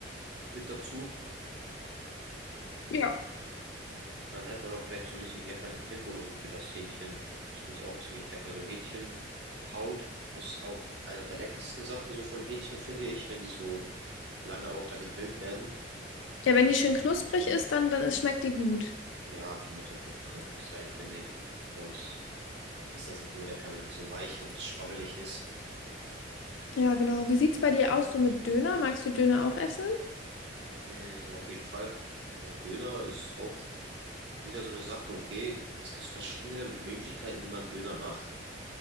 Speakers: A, on the right; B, on the left.
A: mit dazu.
B: Ja.
A: Und dann hat man auch vielleicht so einen richtig leckeren Dip oder so für das Hähnchen. Das finde ich auch ziemlich lecker. So Hähnchenhaut ist auch einer der leckersten Sachen so vom Hähnchen, finde ich, wenn die so lange auch da gegrillt werden.
B: Ja, wenn die schön knusprig ist, dann, dann ist, schmeckt die gut.
A: Ja, die muss auf jeden Fall knusprig sein, finde ich. Sonst ist das nicht so lecker, wenn die so weich und schwabbelig ist.
B: Ja, genau. Wie sieht's bei dir aus so mit Döner? Magst du Döner auch essen?
A: Mm, auf jeden Fall. Also Döner ist auch wieder so eine Sache, okay. Es gibt verschiedene Möglichkeiten, wie man Döner macht.